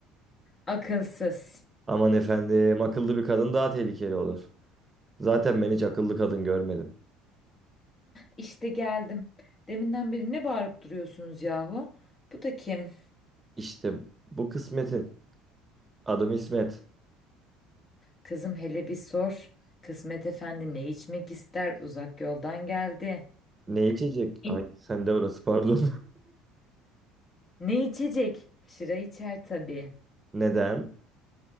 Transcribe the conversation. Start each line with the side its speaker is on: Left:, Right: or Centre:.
Left: Akılsız.
Right: Aman efendim akıllı bir kadın daha tehlikeli olur. Zaten ben hiç akıllı kadın görmedim.
Left: İşte geldim. Deminden beri ne bağırıp duruyorsunuz yahu? Bu da kim?
Right: İşte bu kısmetin. Adım İsmet.
Left: Kızım hele bir sor. Kısmet Efendi ne içmek ister? Uzak yoldan geldi.
Right: Ne içecek?
Left: İ-
Right: Ay sen de orası pardon.
Left: Ne içecek? Şıra içer tabii.
Right: <laughs> Neden?